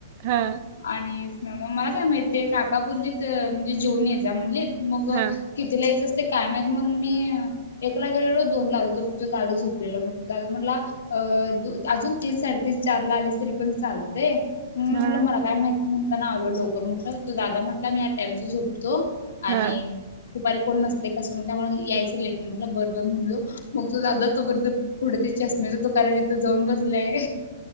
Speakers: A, on the right (about 45°); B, on the left (about 75°).
A: हा
B: आणि ना मग मला काय माहित ते काका बोललीत म्हणजे जेऊन ये जा म्हणली, मग
A: हा
B: कितीला यायचं स ते काय मग मी अ एकला गेलेलो दोनला आ <inaudible> दादा झोपलेला दादा म्हणला अ अजून तीन साडेतीन, चारला आलीस तरी पण चालतंय. म्हणून
A: हा.
B: म्हटलं मला काय माहिती नाय म्हणताना आलोय लवकर तर तो दादा म्हटला मी या टायमच झोपतो, आणि
A: हा
B: दुपारी कोण नसतंय. कसं मग त्यामुळे यायचं लेट ना मला बरं बरं म्हणलो, मग तो दादा तोपर्यंत पुढे ते चष्मेच दुकान हाय तिथं जाऊन बसलाय.